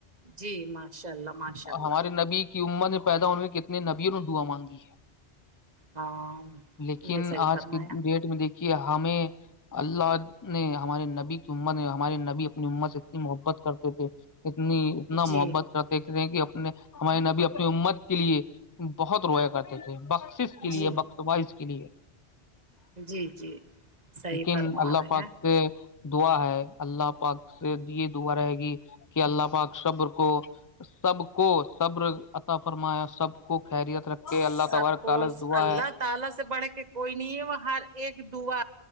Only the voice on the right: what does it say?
جی ماشاء اللہ ماشاء اللہ
ہاں
یہ صحیح
فرمایا
جی
جی
جی جی صحیح
فرما
رہے
ہیں
سب
کو
اللہ
تعالی سے بڑھ کے کوئی نہیں ہے وہ ہر ایک دعا